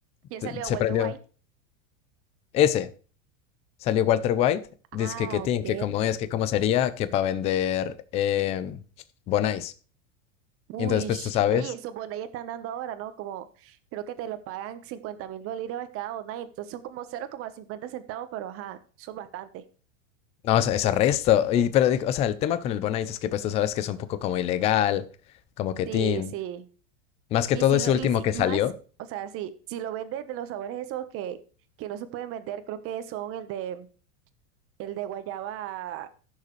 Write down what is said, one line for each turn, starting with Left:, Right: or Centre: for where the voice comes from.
Right: ¿Quién
Left: se
Right: salió?
Left: se
Right: ¿Walter
Left: prendió,
Right: White?
Left: ese, salió Walter White, dizque
Right: Ah,
Left: que Tin,
Right: ok.
Left: que cómo es, que cómo sería, que para vender eh, Bonais.
Right: Uy,
Left: Y entonces, pues
Right: sh-
Left: tú sabes,
Right: ey, esos bonais están dando ahora, ¿no? Como, creo que te lo pagan cincuenta mil bolívares cada bonai, entonces son como cero coma cincuenta centavos, pero ajá, son bastante.
Left: no, o sea, es arresto, y, pero, digo, o sea, el tema con el Bonais es que, pues tú sabes que es un poco como ilegal, como que
Right: Sí,
Left: Tin,
Right: sí.
Left: más que
Right: Y
Left: todo
Right: si
Left: ese
Right: lo,
Left: último
Right: y si
Left: que
Right: más,
Left: salió.
Right: o sea, sí, si lo vendes de los sabores esos que, que no se pueden vender, creo que son el de, el de guayaba,